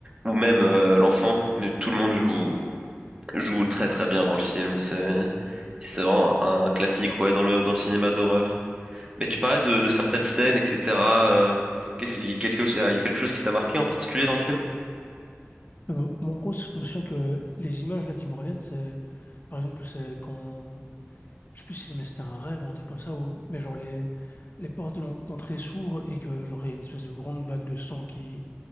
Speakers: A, on the right; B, on the left.
A: ou même euh, l'enfant, mais tout le monde joue, joue très très bien dans le film. C'est c'est vraiment un, classique ouais, dans le, dans le cinéma d'horreur. Mais tu parlais de, de certaines scènes, etc. euh, qu'est-ce qu'il y a quelque chose, il y a quelque chose qui t'a marqué en particulier dans le film?
B: Euh, bon, en gros, je me souviens que les images là qui me reviennent, c'est par exemple, c'est quand je sais plus si mais c'était un rêve ou un truc comme ça, ou... mais genre les, les portes de l'en- d'entrée s'ouvrent et que genre il y a une espèce de grande vague de sang qui,